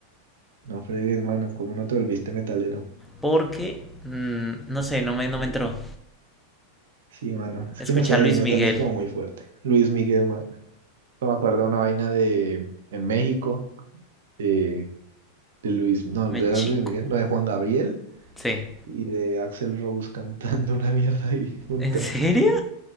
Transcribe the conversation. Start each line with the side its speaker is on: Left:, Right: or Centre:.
Right: No fregues, mano, como no te volviste metalero.
Centre: Porque, mm, no sé, no me, no me entró.
Right: Sí, mano, es
Centre: Escuchar
Right: que no sé,
Centre: Luis
Right: el metal
Centre: Miguel.
Right: es como muy fuerte. Luis Miguel, mano. No Me acuerdo una vaina de en México, de, de Luis, no,
Centre: Me
Right: de era
Centre: chico.
Right: Luis Miguel, no, de Juan Gabriel
Centre: Sí.
Right: y de Axel Rose <laughs> cantando una mierda ahí junta.
Centre: ¿En serio?